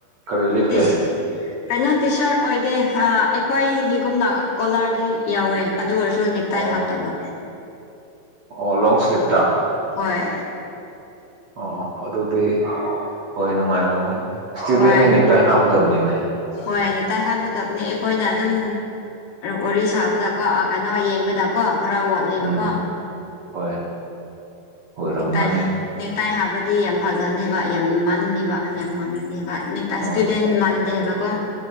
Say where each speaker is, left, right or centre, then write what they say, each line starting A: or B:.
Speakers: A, on the right; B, on the left.
A: ꯀꯔꯤ ꯂꯤꯠꯀꯦ
B: ꯇꯤꯁ ꯀꯩꯅꯣ ꯇꯤ ꯁꯥꯔꯠ ꯑꯣꯏꯗꯦ ꯑꯩꯈꯣꯏꯗꯤꯒꯨꯝꯅ ꯀꯣꯂꯔꯗꯤ ꯌꯥꯎꯋꯦ ꯑꯗꯨ ꯑꯣꯏꯔꯁꯨ ꯅꯦꯛ ꯇꯥꯏ
A: ꯑꯣ
B: ꯍꯥꯞꯇꯕ
A: ꯑꯣ ꯂꯣꯡ ꯁ꯭꯭ꯂꯤꯞꯇ
B: ꯍꯣꯏ
A: ꯑꯣ ꯑꯗꯨꯗꯤ ꯍꯣꯏ ꯅꯨꯡꯉꯥꯏꯔꯝꯃꯣꯏ ꯏꯁꯇꯨꯗꯦꯟꯗ
B: ꯍꯣꯏ
A: ꯅꯦꯛꯇꯥꯏ ꯍꯥꯞꯀꯗꯕꯅꯤꯅꯦ
B: ꯍꯣꯏ ꯅꯦꯛꯇꯥꯏ ꯍꯥꯞꯒꯗꯕꯅꯤ ꯑꯩꯈꯣꯏꯅ ꯑꯗꯨꯝ ꯋꯥꯔꯤ ꯁꯥꯕꯗꯀꯣ ꯀꯩꯅꯣ ꯌꯦꯡꯕꯗꯀꯣ ꯈꯔ ꯋꯥꯠꯂꯦꯕꯀꯣ
A: ꯎꯝ ꯍꯣꯏ ꯑꯣꯏꯔꯝꯒꯅꯤ
B: ꯇꯥꯏ ꯅꯦꯇꯥꯏ ꯍꯥꯕ꯭ꯔꯗꯤ ꯌꯥꯝ ꯐꯖꯅꯤꯕ ꯌꯥꯝ ꯃꯟꯅꯤꯕ ꯌꯥꯝ ꯃꯥꯟꯒꯅꯤꯕ ꯏꯁꯇꯨꯗꯦꯟ
A: ꯍꯣꯏ
B: ꯃꯥꯟꯗꯦ ꯍꯥꯏꯕꯀꯣ